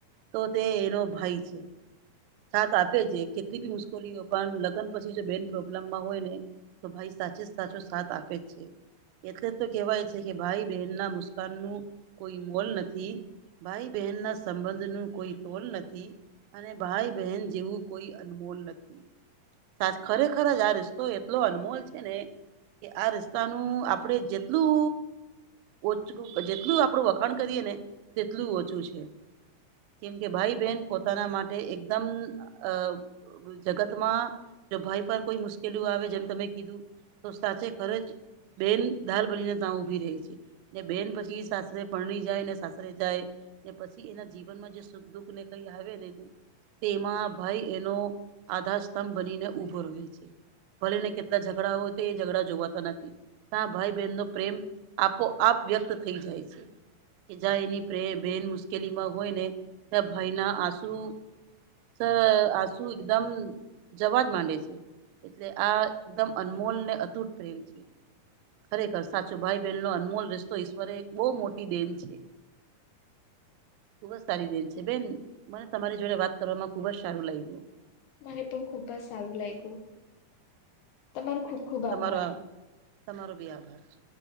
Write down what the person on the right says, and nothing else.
તો તે એનો ભાઈ છે. સાથ આપે છે કેટલી બી મુશ્કેલીઓ પણ લગ્ન પછી જો બેન પ્રોબ્લેમમાં હોય ને તો ભાઈ સાચ જ સાચો સાથ આપે જ છે એટલે તો કેહેવાય છે કે ભાઈ બહેન ના મુસ્કાન નું કોઈ મોલ નથી ભાઈ બહેન ના સંબંધ નું કોઈ તોલ નથી અને ભાઈ બહેન જેવું કોઈ અનમોલ નથી. સા ખરેખર જ આ રિસ્તો એટલો અનમોલ છે ને કે આ રીસ્તાનું આપડે જેટલું ઓછું જેટલું આપડું વખાણ કરીએ ને તેટલું ઓછું છે. કેમ કે ભાઈ બહેન પોતાના માટે એકદમ અ જગતમાં જો ભાઈ પર કોઈ મુશ્કેલી આવે જેમ તમે કીધું તો સાચે ખરે જ બેન ઢાલ બનીને ત્યાં ઊભી રહે છે. બેન પછી સાસરે પરણી જાય ને સાસરે જાય ને પછી એના જીવનમાં જે સુખ દુઃખ ને કઈ આવે ને તેમાં ભાઈ એનો આધાર સ્તંભ બનીને ઉભો રહે છે. ભરીને કેટલા ઝઘડાઓ હતા એ ઝઘડા જોવાતા નથી તા ભાઈ બહેન નો પ્રેમ આપોઆપ વ્યક્ત થઈ જાય છે. કે જ્યાં એની પ્રે બેન મુશ્કેલીમાં હોય ને ત્યાં ભાઈના આસુ સર આસું એકદમ જવાજ માંડે છે. એટલે આ એકદમ અનમોલ ને અતૂટ પ્રેમ છે. કર સાચું ભાઈ બહેન નો અનમોલ રિસ્તો ઈશ્વરે એક બહુ મોટી દેન છે. ખુબજ સારી દેન છે બેન મને તમારી જોડે વાત કરવામાં ખુબજ સારું લાગ્યું.
તમારો
આ તમારો બી આભાર છે.